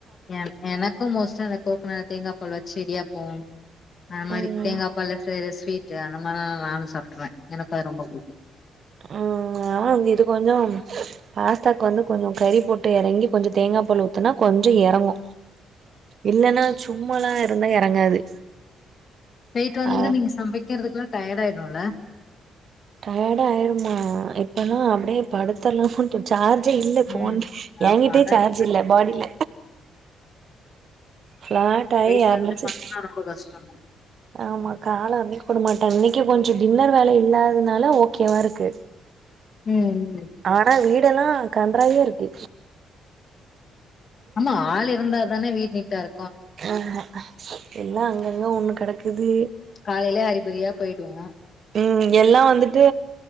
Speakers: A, on the left; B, on the right.
A: என் எனக்கு மோஸ்ட்டா இந்த கோக்குன தேங்கா பால் வச்சு இடியாப்போ அது மாரி
B: ம்
A: தேங்காபால்ல செய்ற ஸ்வீட்டு அந்த மார்ல்லால்லா நானு சாப்ட்ருவே எனக்கு அது ரொம்ப புடிக்கு
B: ம் ஆனா வந்து இது கொஞ்சம் பாஸ்தாக்கு வந்து கொஞ்சோ கறி போட்டு எறங்கி கொஞ்சோ தேங்கா பால் ஊத்துனா கொஞ்சோ எறங்கு இல்லன்னா சும்மல்லா இருந்தா எறங்காது
A: போய்ட்டு வந்து
B: ஆ
A: நீங்க சமைக்கிறதுக்ல்லா டயர்டாயிருல
B: டயர்டாயிருமா இப்பல்லா அப்டியே படுத்தர்லாமோன்ட்டு சார்ஜே இல்ல ஃபோன்
A: ம் ஆமா
B: எகிட்டே
A: அதா
B: சார்ஜ் இல்ல பாடில ஃப்ளாட் ஆயி
A: போய்ட்டு
B: யாருனாச்சு
A: வந்து பண்ணா ரொம்ப கஷ்டோங்க
B: ஆமா கால அமிக் வுட மாட்டாங்க இன்னக்கே கொஞ்சோ டின்னர் வேல இல்லாதனால ஓகேவாருக்கு
A: ம் ம்
B: ஆனா வீடெல்லா கன்றாவியாருக்கு
A: ஆமா ஆள் இருந்தா தானே வீடு நீட்டாரு
B: ஆ ஹா எல்லா அங்கங்க ஒண்ணு கடக்குது
A: காலைலே அறிபறியா போய்டுவோ
B: ம் எல்லா வந்துட்டு